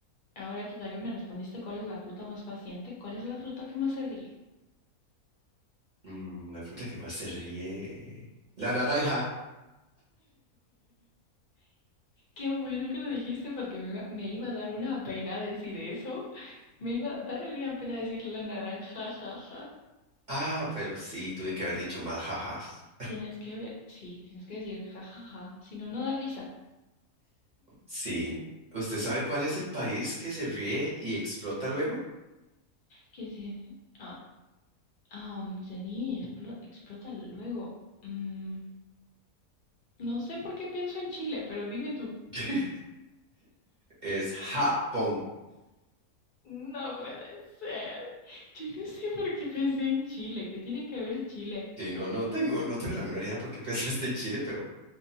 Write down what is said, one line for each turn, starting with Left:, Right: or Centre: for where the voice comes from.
Left: Ahora que ya que me respondiste cuál es la fruta más paciente, ¿cuál es la fruta que más se ríe?
Right: Mm, la fruta que más se ríe. La naranja.
Left: Qué bueno que lo dijiste porque me, iba- me iba a dar una pena decir eso. Me iba a dar una pena decir la naranja, jaja.
Right: Ah, pero sí, tuve que haber dicho más jajas.
Left: Tienes que ver, sí, tienes que decir jajaja, si no, no da risa.
Right: Sí. ¿Usted sabe cuál es el país que se ríe y explota luego?
Left: Que se, ah, ah, se ríe y explo- explota luego. Mm, no sé por qué pienso en Chile, pero dime tú.
Right: <laughs> Es Japón.
Left: No puede ser. Yo no sé por qué pensé en Chile. ¿Qué tiene que ver Chile?
Right: Sí, no, no tengo, no tengo la menor idea por qué pensaste en Chile, pero